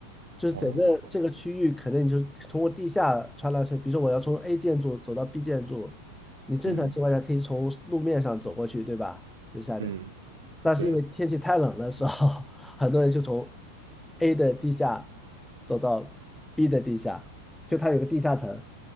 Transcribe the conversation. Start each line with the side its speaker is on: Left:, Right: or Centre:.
Centre: 就是整个这个区域可能你就通过地下穿来穿，
Right: 哦，
Centre: 比如说我要从 A 建筑走到 B 建筑，你正常情况下可以从路面上走过去，
Right: 嗯
Centre: 对吧？就夏天，
Right: 嗯，
Centre: 但是因为天气太冷的时候，
Right: 对。
Centre: <laughs> 很多人就从 A 的地下走到 B 的地下，就它有个地下城，